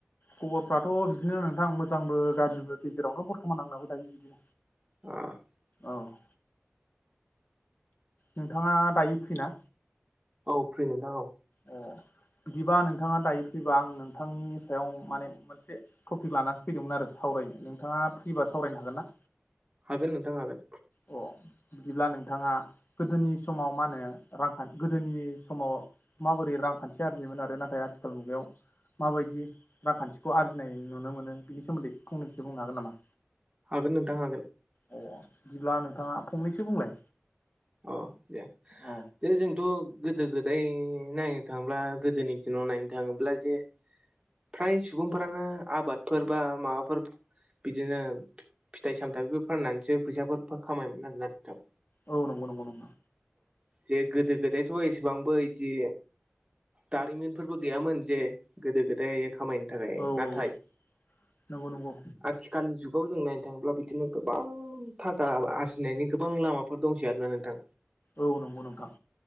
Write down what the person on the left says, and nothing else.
खबरफ्राथ' बिदिनो नोंथां मोजांबो गाज्रिबो गेजेरावनो बर्थमान आंनाबो दायो।
औ। नोंथाङा दायो फ्रि ना?
<unintelligible> बिदिबा नोंथाङा दायो फैबा आं नोंथांनि सायाव माने मोनसे टपिक लानासाफैदोंमोन आरो साव नोंथाङा फ्रि बा सावरायनो हागोन ना?
अ बिदिब्ला नोंथाङा गोदोनि समाव मा होनो रांखान्थि गोदोनि समाव माबोरै रांखान्थि आरजियोमोन आरो नाथाय आथिखाल मुगायाव माबायदि रांखान्थिखौ आरजिनाय नुनो मोनो बिनि सोमोन्दै फंनैसो बुंनो हागोन नामा?
अ बिदिब्ला नोंथाङा फंनैसो बुंलाय
औ
औ नंगौ नंगौ नंगौ
औ
औ नंगौ नंगौ
औ नंगौ नोंथां।